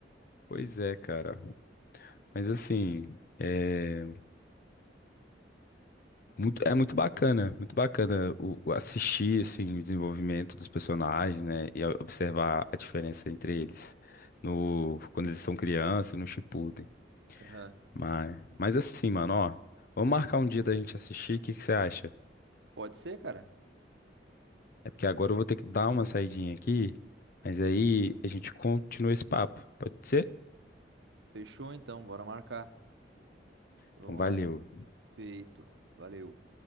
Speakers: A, on the left; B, on the right.
A: Pois
B: E,
A: é, cara. Mas assim, é muito, é muito bacana, muito bacana o, o assistir assim, o desenvolvimento dos personagens, né? E a- observar a diferença entre eles no, quando eles são crianças e no Shippuden.
B: aham.
A: Mas, mas assim, mano, ó. Vamos marcar um dia da gente assistir, o que que você acha?
B: Pode ser, cara.
A: É porque agora eu vou ter que dar uma saidinha aqui, mas aí a gente continua esse papo, pode ser?
B: Fechou então, bora marcar. Vamos
A: Então, valeu.
B: lá. Feito. Valeu.